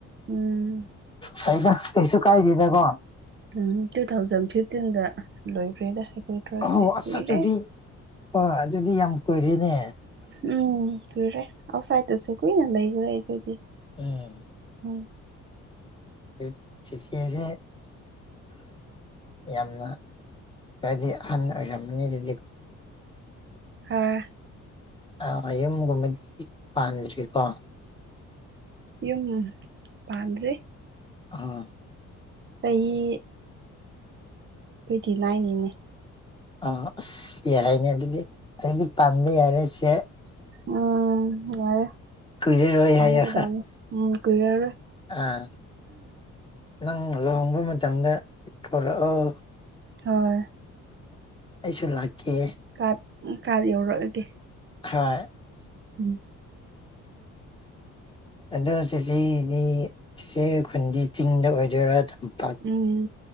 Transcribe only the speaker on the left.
ꯀꯩꯗ ꯀꯩꯁꯨ ꯀꯥꯏꯔꯤꯗꯦꯗꯀꯣ
ꯑꯧ ꯑꯁ
ꯑꯗꯨꯗꯤ ꯍꯣꯏ ꯑꯗꯨꯗꯤ ꯌꯥꯝ ꯀꯨꯏꯔꯦꯅꯦ
ꯎꯝ
ꯌꯨꯇꯤ ꯆꯤꯆꯁꯦ ꯌꯥꯝꯅ ꯈꯔꯗꯤ ꯑꯍꯟꯅ ꯑꯣꯏꯔꯝꯃꯅꯤ ꯑꯗꯨꯗꯤꯀꯣ
ꯑ ꯌꯨꯝꯒꯨꯝꯕꯗꯤ ꯄꯥꯟꯗ꯭ꯔꯤꯀꯣ
ꯑꯝ
ꯑ ꯑꯁ ꯌꯥꯏꯅꯦ ꯑꯗꯨꯗꯤ ꯑꯗꯨꯗꯤ ꯇꯝꯕ ꯌꯥꯔꯁꯦ
ꯀꯨꯏꯔꯦ ꯔꯣꯏ
ꯍꯥꯏ ꯌꯥ
ꯑꯥ ꯅꯪ ꯂꯨꯍꯣꯡꯕ ꯃꯇꯝꯗ ꯀꯧꯔꯛꯑꯣ
ꯑꯩꯁꯨ ꯂꯥꯛꯀꯦ
ꯍ
ꯑꯗꯣ ꯆꯤꯆꯦꯗꯤ ꯆꯤꯆꯦ ꯈꯨꯟꯗꯤ ꯆꯤꯡꯗ ꯑꯣꯏꯗꯣꯏꯔꯥ ꯊꯝꯃ